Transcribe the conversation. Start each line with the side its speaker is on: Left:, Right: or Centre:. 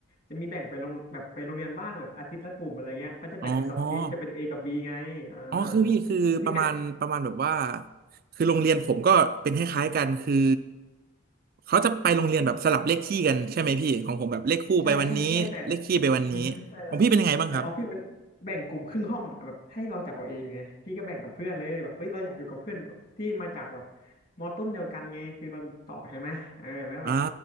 Left: จะมีแบ่งไปลงแบบไปโรงเรียนบ้างแบบอาทิตย์ละกลุ่มอะไรเงี้ยเขาจะแบ่งเป็นสองอาทิตย์จะเป็น
Right: อ๋อ
Left: A กับ B ไงอ่า
Right: อ๋อคือพี่คือประมาณประมาณแบบว่า
Left: แต่ทีเนี้ย
Right: คือโรงเรียนผมก็เป็นคล้ายๆกันคือเขาจะไปโรงเรียนแบบสลับเลขที่กันใช่ไหมพี่ของผมแบบเลขคู่ไปวันนี้เลขคี่ไปวันนี้ของพี่เป็นยังไงบ้างครับ
Left: ใช่ใช่ใช่แต่ อือฮึใช่ครับแต่ของพี่มันแบ่งกลุ่มครึ่งห้องอะแบบให้เราจับเอาเองไงพี่ก็แบ่งกับเพื่อนเลยแบบเฮ้ยเราอยากอยู่กับเพื่อนที่มาจากแบบมอต้นเดียวกันไงคือเราต่อใช่ไหมเออแล้วก็แบบ
Right: อ่า